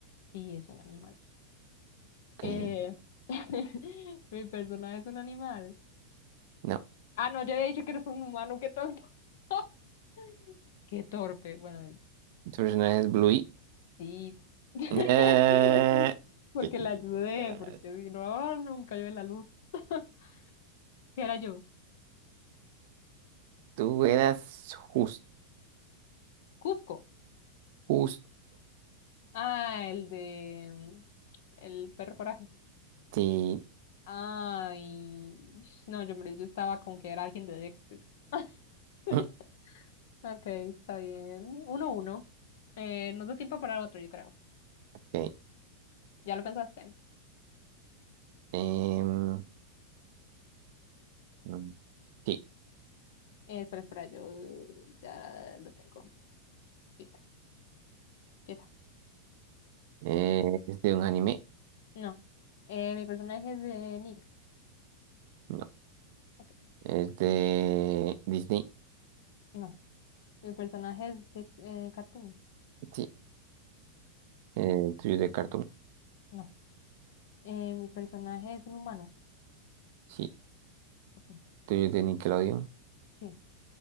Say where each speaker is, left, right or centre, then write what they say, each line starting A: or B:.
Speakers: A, on the left; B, on the right.
A: sí, es un animal.
B: que...
A: Eh, <laughs> mi personaje es un animal.
B: No,
A: Ah, no, ya había dicho que eres un humano, qué tonto. <laughs> Qué torpe, bueno,
B: tu personaje es Bluey.
A: sí. <laughs>
B: Eh,
A: Porque
B: que sí,
A: la ayudé,
B: que era-
A: porque si no, nunca yo la luz. <laughs> ¿Qué era yo?
B: Tú eras jus-
A: Cusco.
B: justo.
A: Ah, el de... El perro coraje.
B: Sí.
A: Ay, no, yo, me- yo estaba con que era alguien de Dexter. <laughs>
B: <clears throat>
A: Ok, está bien. Uno, uno. Eh, nos da tiempo para otro, yo creo.
B: Ok.
A: ¿Ya lo pensaste?
B: Em, mm, sí.
A: Eh, espera, espera, yo ya lo tengo. Listo, empieza.
B: Eh, ¿es de un anime?
A: No. Eh, mi personaje es de Nick.
B: No.
A: Ok,
B: ¿Es de Disney?
A: no. Mi personaje es de eh, Cartoon.
B: Sí. Eh, ¿tuyo es de Cartoon?
A: No. Eh, mi personaje es un humano.
B: Sí.
A: Ok,
B: ¿Tuyo es de Nickelodeon?
A: sí.